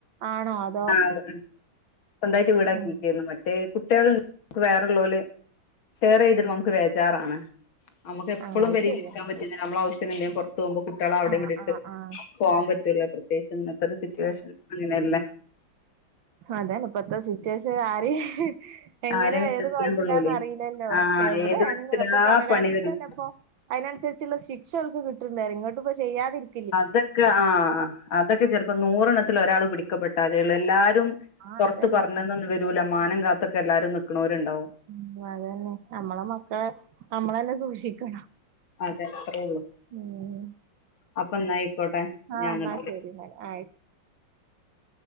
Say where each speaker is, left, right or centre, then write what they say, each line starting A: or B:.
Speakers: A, on the right; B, on the left.
A: ആണോ അതോ
B: ആഹ് ഇണ്ട് ഉം സ്വന്തായിറ്റ് വീടാക്കീറ്റ്
A: ഉം
B: ഇന്ന് മറ്റെത് കുട്ട്യേള്ക്ക് വേറെ ഇള്ളോല് ഷെയറീത് ഇട്മ്പൊ അമ്മക്ക് വേജാറാണ് അമ്മക്ക് എപ്പളും
A: ആഹ് അത്
B: പേരീല്
A: ശരിയാ
B: ഇരിക്കാം പറ്റില്ല നമ്മള്ആവശ്യത്തിന് എന്തെങ്കിലും പാെർത്ത് പോവുമ്പാെ കുട്ട്യോളെ അവടിം
A: ആഹ്
B: ഇവടിം ഇട്ട്
A: ആഹ് ആഹ്
B: പോവാംപറ്റൂല പ്രത്യേകിച്ച് ഇന്നത്തെ ഒര് സിറ്റുവേഷൻസ് അങ്ങനെയല്ലെ
A: അതെന്നെ ഇപ്പത്തെ സിറ്റുവേഷൻ ആരിം ഇഹ് എങ്ങനെ
B: ആരെ വിശ്വസിക്കാൻ
A: ഏത് കോൽത്തിലാന്ന്
B: കൊള്ളൂലേ
A: അറീലല്ലോ
B: ആഹ്
A: എവ്ടേണ്
B: ഏത് വശത്തിലാ
A: ചെലപ്പൊ പാെറ
B: പണി
A: രാജ്യത്ത്
B: വരും
A: തന്നെ ഇപ്പൊ ഐനൻസരിച്ച്ള്ള ശിക്ഷ ഓൽക്ക് കിട്ട്ണ്ട്അറിം ഇങ്ങട്ടും ഇപ്പൊ ചെയ്യാതിരിക്
B: അതൊക്കെ ആഹ് അതൊക്കെ ചെലപ്പോ നൂറ് എണ്ണത്തില് ഒരാള് പിടിക്കപ്പെട്ടാലെയുള്ളൂ. എല്ലാ രും
A: ആഹ്
B: പുറത്ത്
A: അതന്നെ
B: പറഞ്ഞന്നൊന്നും വരൂല. മാനം കാത്തൊക്കെ എല്ലാരും നിക്ക്ണോരുണ്ടാവും.
A: ഉം അതന്നെ നമ്മളെ മക്കളെ നമ്മളന്നെ സൂക്ഷിക്കണം.
B: അതെ. അത്രേ ഉള്ളൂ.
A: ഉം
B: അപ്പൊ എന്നായിക്കോട്ടെ
A: ആഹ്
B: ഞാൻ
A: എന്നാ
B: അങ്ങട്ട്
A: ശെരിയെന്നാല്
B: വിളി
A: ആയി